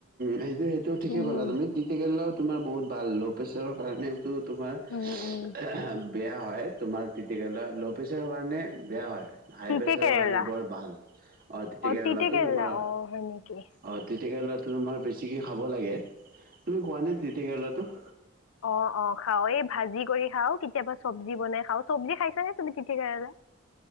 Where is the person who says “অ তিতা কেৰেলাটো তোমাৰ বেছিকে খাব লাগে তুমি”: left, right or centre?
Right